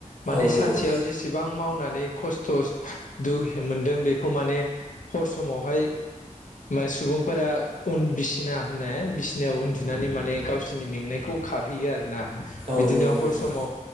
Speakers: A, on the left (about 70°); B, on the right (about 45°).
A: माने
B: औ नंगौ
A: सानसेयाव जेसेबां मावनानै खस्थ' दु मोनदों बेखौ माने हर समावहाय माने सुबुंफोरा उन बिसिना होनो बिसिनायाव उन्दुनानै माने गावसिनि मेंनायखौ खारहोयो आरोना। बिदिनो
B: औ नंगौ
A: हर
B: नंगौ
A: समाव